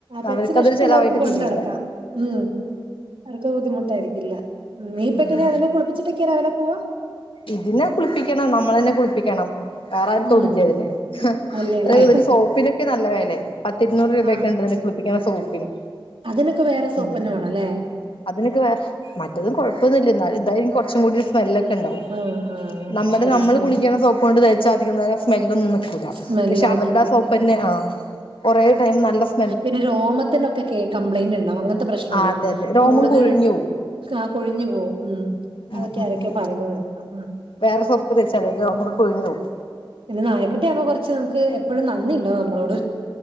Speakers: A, on the right; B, on the left.
A: പെറ്റ്സിനെ
B: അവർക്കതൊരു
A: ഇഷ്ടുള്ളർക്ക്
B: ചെലവായിട്ട്
A: ഉ കൊണ്ടടക്കാ
B: ഫീൽ ചെയ്യ
A: ഉം അവർക്ക് ബുദ്ധിമുട്ടായിക്കില്ല നീ ഇപ്പ
B: ഉം
A: എങ്ങനതിനെ <unintelligible> കുളപ്പിച്ചിട്ടൊക്കെ രാവിലെ പോവാ
B: ഇതിനെ കുളിപ്പിക്കണം നമ്മള തന്നെ കുളിപ്പിക്കണം വേറെ ആും തൊടല്ലേ
A: ഉം.
B: അതിനെ
A: അല്ലല്ലേ.
B: അത ഇതിന്റെ സോപ്പിനൊക്കെ നല്ല വേലെ പത്തി ഇരുന്നൂറ് രൂപയക്കെ
A: ആ
B: ഉണ്ട്ന്നെ കുളിപ്പിക്കുന്ന സോപ്പിന്
A: അതിനൊക്കെ വേറെ സോപ്പന്നെ
B: ഉം
A: വേണല്ലേ
B: അതിനൊക്കെ മറ്റതും കുഴപ്പമന്നില്ല എന്ന ഇതായരിക്കും കുറച്ചും കൂടി സ്മെല്ലൊക്കെ ഉണ്ടാവും
A: ആ ആ
B: നമ്മുടെ
A: ശരി.
B: നമ്മള്
A: സ്മെ
B: കുളിക്കണ സോപ്പ് കൊണ്ട് തച്ചാ അധികം നേരം സ്മെല്ലാന്നും നിക്കൂില്ല
A: സ്മെല്ല്
B: പക്ഷെ
A: നിക്കൂല.
B: അവരുടെ ആ സോപ്പ് പിന്നെ ആ കുറേ ടൈം നല്ല സ്
A: പിന്നെ രോമത്തിനൊക്കെ കേ കംപ്ലൈന്റ് ഇണ്ടാവും അങ്ങനത്തെ പ്രശ്നുണ്ടാവും
B: ആ അതെ അതെ രോമം
A: കൂടുതൽ
B: കൊഴിഞ്ഞു
A: ആ കൊഴിഞ്ഞു പോവും ഉം
B: പോവും
A: അതൊക്കെ ആരൊക്കെ പറയുന്നത് കേക്കാം ഉ
B: വേറെ സൊപ്പ്ക്ക തെച്ചാലേ രോമൊക്കെ കൊഴിഞ്ഞോവും
A: പിന്നെ നായക്കുട്ടി ആവുമ്പോ കുറച്ച് നമുക്ക് എപ്പോഴും നന്ദി ഉണ്ടോവും നമ്മളോട്